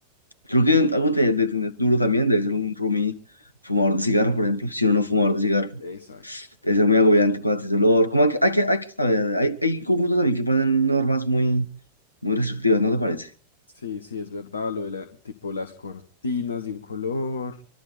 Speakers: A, on the left; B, on the left.
A: creo que algo de, de tener duro también debe ser un roomie fumador de cigarro, por ejemplo. Si uno no es fumador
B: sí,
A: de cigarro,
B: exacto.
A: debe ser muy agobiante con ese olor. Como hay que, hay que, hay que saber, hay, hay conjuntos también que ponen normas muy, muy restrictivas, ¿no te parece?
B: Sí, sí, es verdad, lo de la, tipo las cortinas de un color.